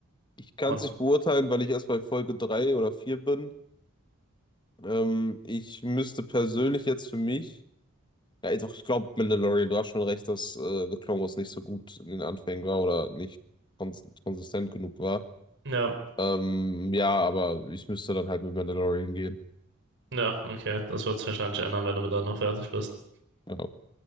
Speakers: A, on the left; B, on the right.
A: Ich kann
B: Und
A: es nicht beurteilen, weil ich erst bei Folge 3 oder 4 bin. Ähm, ich müsste persönlich jetzt für mich. Ja, doch, ich glaube, Mandalorian, du hast schon recht, dass äh, The Clone Wars nicht so gut in den Anfängen war oder nicht kons konsistent genug war.
B: ja,
A: Ähm, ja, aber ich müsste dann halt mit Mandalorian gehen.
B: ja, okay. Das wird sich wahrscheinlich ändern, wenn du mit da noch fertig bist.
A: Ja.